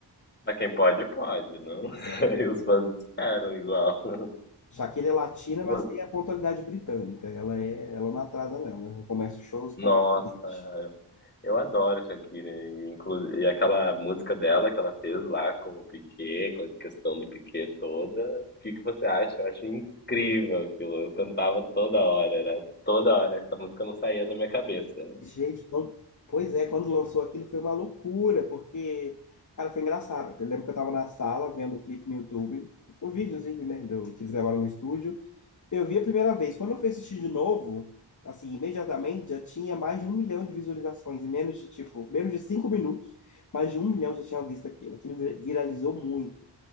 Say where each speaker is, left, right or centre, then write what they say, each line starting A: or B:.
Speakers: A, on the left (about 25°); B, on the left (about 45°).
A: Mas quem pode, pode, não?
B: Pois
A: <laughs>
B: é.
A: E os fãs esperam igual. <laughs>
B: Shakira é latina,
A: E
B: mas
A: vo-
B: tem a pontualidade britânica. Ela é, ela não atrasa, não. Ela começa os shows
A: Nossa,
B: pontualmente.
A: Eu adoro a Shakira, e, inclu- e aquela música dela que ela fez lá com o Piquet, com a questão do Piquet toda. O que que você acha? Eu acho incrível aquilo. Eu cantava toda hora, era toda hora. Essa música não saía da minha cabeça.
B: Gente, quando- pois é, quando lançou aquilo foi uma loucura, porque, cara, foi engraçado. Eu lembro que eu tava na sala vendo o clipe no YouTube, o videozinho, né, do, que eles gravaram no estúdio. Eu vi a primeira vez. Quando eu fui assistir de novo, assim, imediatamente já tinha mais de um milhão de visualizações, em menos de, tipo, menos de cinco minutos, mais de um milhão já tinha visto aquilo. Aquilo vi- viralizou muito.